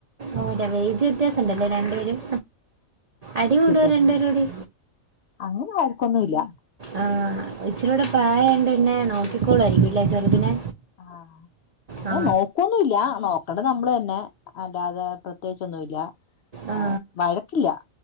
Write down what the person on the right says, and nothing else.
ഓല്ലേ വൈജു വ്യത്യാസം ഉണ്ടല്ലേ രണ്ടുപേരും അടി കൂടുവോ
രണ്ടുപേരും കൂടി
ആഹ് ഇച്ചിരൂടെ പ്രായയോണ്ട് പിന്നെ നോക്കിക്കോളായിരിക്കുല്ലേ ചെറുതിനെ
ആ
ആ